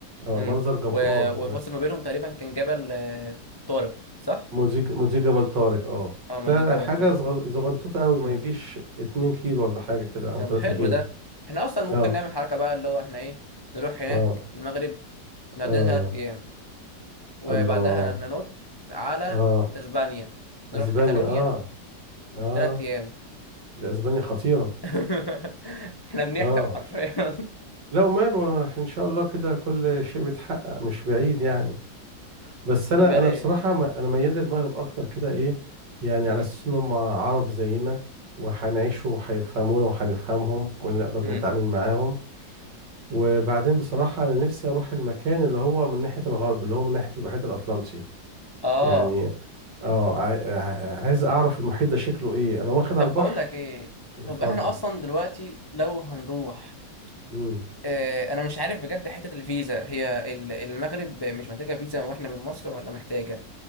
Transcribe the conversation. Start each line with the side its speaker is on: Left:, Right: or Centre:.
Right: اه
Left: امم
Right: منظر جبار
Left: و- والفاصل ما بينهم تقريبا كان جبل آه، طارق صح
Right: موزيك موزيك جبل طارق اه
Left: اه ما
Right: ده
Left: ده جبل
Right: حاجة
Left: طارق
Right: زغن- زغنطوطة قوي
Left: امم
Right: ما يجيش اتنين كيلو ولا حاجة كده او
Left: طب
Right: تلاتة
Left: حلو
Right: كيلو
Left: ده احنا اصلا ممكن
Right: اه
Left: نعمل حركه بقى اللي هو احنا ايه نروح هناك
Right: اه
Left: المغرب نقضينا
Right: اه
Left: ثلاث ايام وبعدها
Right: الله
Left: ننط على
Right: اه
Left: اسبانيا نروح
Right: اسبانيا
Left: كاتالونيا
Right: اه اه
Left: ثلاث ايام
Right: دي اسبانيا خطيرة
Left: <laughs> احنا بنحلم
Right: اه
Left: حرفيا
Right: لا وماله إح- ان شاء الله كده كل شيء بيتحقق مش بعيد يعني بس انا
Left: طب يا
Right: انا
Left: ريت
Right: بصراحة ما- انا ميال للمغرب اكتر كده ايه يعني
Left: مم.
Right: على اساس انهم عرب زينا وهنعيش وهيفهمونا وهنفهمهم ونقدر
Left: مم.
Right: نتعامل معاهم وبعدين بصراحة أنا نفسي أروح المكان اللي هو من ناحية الغرب اللي هو من ناحية المحيط الأطلنطي
Left: اه
Right: يعني اه عاي- عايز أعرف المحيط ده شكله إيه أنا واخد
Left: طب
Right: على البحر
Left: بقول لك ايه
Right: اتفضل
Left: طب احنا اصلا دلوقتي لو هنروح
Right: مم.
Left: اه انا مش عارف بجد حتة الفيزا هي ال- المغرب مش محتاجة فيزا واحنا من مصر ولا محتاجة